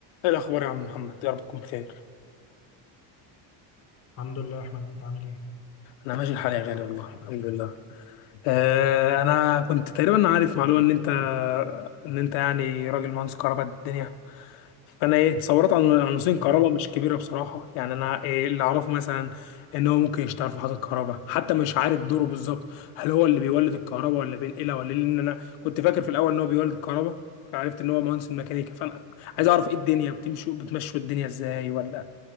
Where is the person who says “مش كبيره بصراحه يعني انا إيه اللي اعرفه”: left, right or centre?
Left